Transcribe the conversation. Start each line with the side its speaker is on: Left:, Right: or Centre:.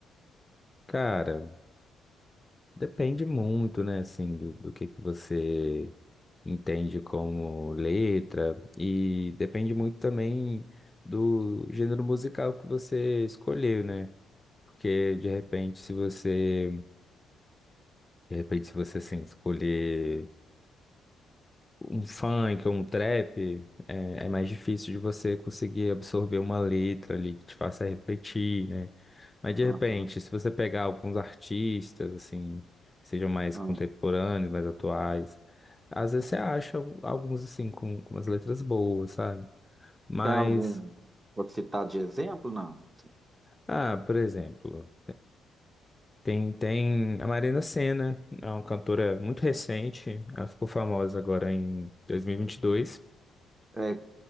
Left: Cara, depende muito, né, assim, do, do que que você entende como letra e depende muito também do gênero musical que você escolheu, né? Porque de repente, se você, de repente, se você assim, escolher um funk ou um trap, é, é mais difícil de você conseguir absorver uma letra ali que te faça refletir, né? Mas de
Right: Aham,
Left: repente, se você pegar alguns artistas, assim, que sejam mais
Right: aham.
Left: contemporâneos, mais atuais, às vezes você acha al- alguns assim com, com umas letras boas, sabe? Mas,
Right: Tem algum pra citar de exemplo? Não. Sim.
Left: ah, por exemplo. Tem, tem a Marina Sena, é uma cantora muito recente, ela ficou famosa agora em 2022.
Right: É,